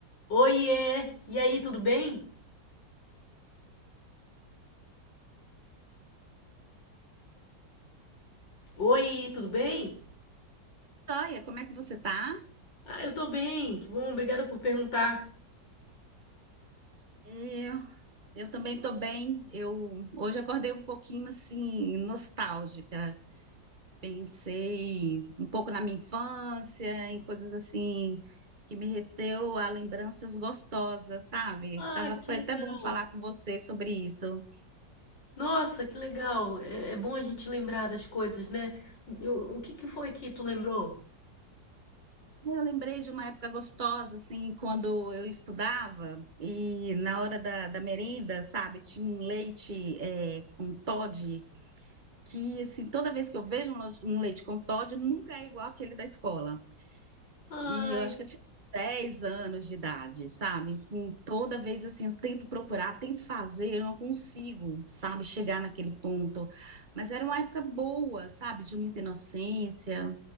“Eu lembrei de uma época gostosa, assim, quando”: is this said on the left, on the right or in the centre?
Right